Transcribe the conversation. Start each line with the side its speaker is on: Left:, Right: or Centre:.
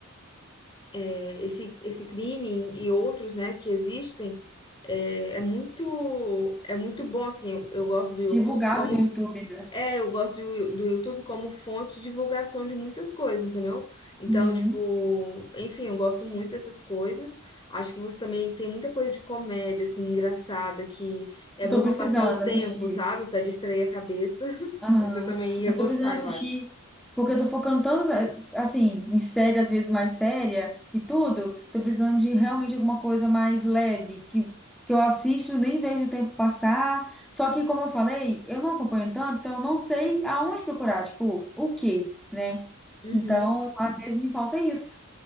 Left: é, esse, esse crime e outros, né, que existem, é, é muito, é muito bom, assim, eu, eu gosto do YouTube
Centre: divulgado
Left: como
Centre: no YouTube, né?
Left: É, eu gosto de Yu- do YouTube como fonte de divulgação de muitas coisas, entendeu? Então,
Centre: Uhum.
Left: tipo, enfim, eu gosto muito dessas coisas. Acho que você também tem muita coisa de comédia, assim, engraçada, que é
Centre: Eu
Left: bom
Centre: tô
Left: pra
Centre: precisando
Left: passar o tempo,
Centre: assistir.
Left: sabe? Pra distrair a cabeça. <laughs>
Centre: Aham.
Left: Você também ia
Centre: Eu
Left: gostar,
Centre: tô precisando assistir,
Left: eu acho.
Centre: porque eu tô focando tanto, eh, assim, em série, às vezes mais séria e tudo. Tô precisando de realmente alguma coisa mais leve, que, que eu assisto, nem vejo o tempo passar. Só que, como eu falei, eu não acompanho tanto, então eu não sei aonde procurar, tipo, o quê, né?
Left: Uhum,
Centre: Então, às vezes me falta isso.